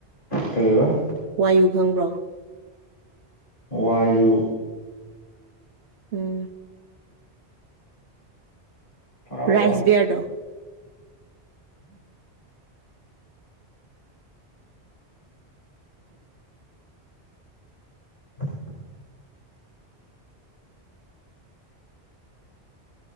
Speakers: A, on the left; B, on the right.
A: ꯀꯩꯕ
B: ꯋꯥꯏꯌꯨ ꯈꯪꯕ꯭ꯔꯣ
A: ꯋꯥꯌꯨ
B: ꯎꯝ
A: ꯄꯨꯔꯥ
B: ꯔꯥꯏꯁ
A: ꯋꯥꯌꯨ
B: ꯕꯤꯌꯥꯔꯗꯣ
A: <inaudible>